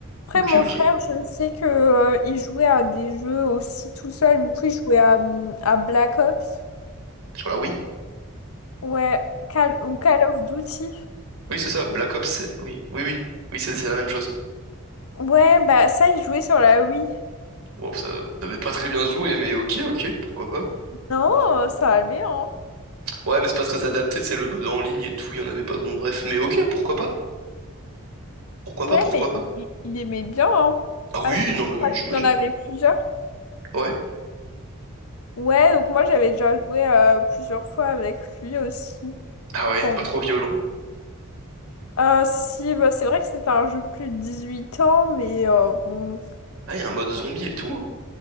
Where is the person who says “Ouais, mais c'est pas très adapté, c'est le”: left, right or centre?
Right